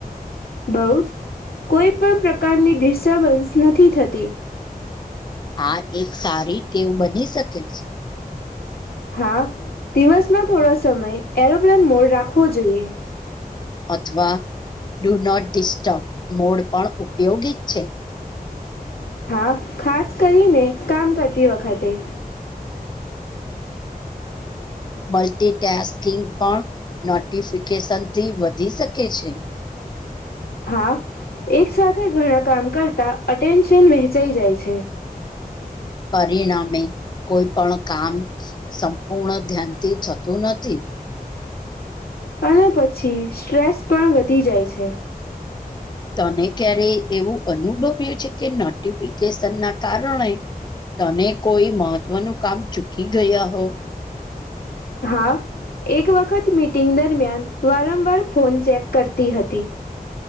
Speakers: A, on the left (about 80°); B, on the left (about 30°).
A: બહું જ કોઈ પણ પ્રકારની ડિસ્ટર્બન્સ નથી થતી
B: આ એક સારી ટેવ બની શકે છે.
A: હા, દિવસમાં થોડો સમય એરોપ્લેન મોડ રાખવો જોઈએ.
B: અથવા ડુ નોટ ડિસ્ટર્બ મોડ પણ ઉપયોગી છે.
A: હા, ખાસ કરીને કામ કરતી વખતે
B: મલ્ટીટાસ્કિંગ પણ નોટિફિકેશનથી વધી શકે છે.
A: હા, એક સાથે ઘણા કામ કરતા અટેન્શન વહેંચાઈ જાય છે.
B: પરિણામે કોઈ પણ કામ સંપૂર્ણ ધ્યાનથી થતું નથી.
A: અને પછી સ્ટ્રેસ પણ વધી જાય છે.
B: તને ક્યારે એવું અનુભવ્યું છે કે નોટિફિકેશન ના કારણે તને કોઈ મહત્વનું કામ ચૂકી ગયા હો
A: હા, એક વખત મીટિંગ દરમિયાન વારંવાર ફોન ચેક કરતી હતી